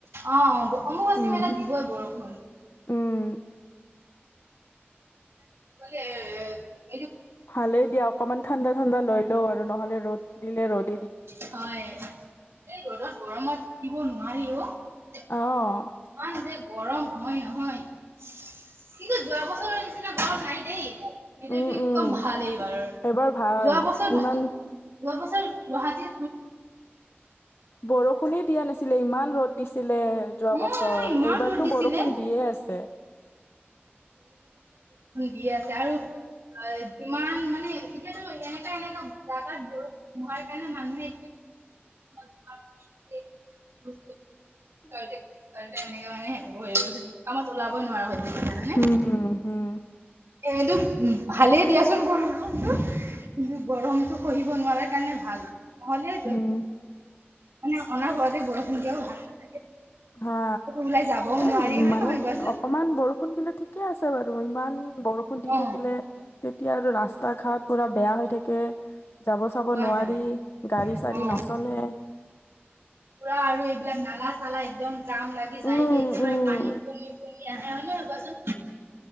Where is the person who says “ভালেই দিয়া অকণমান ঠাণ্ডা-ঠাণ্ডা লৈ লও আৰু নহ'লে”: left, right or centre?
Left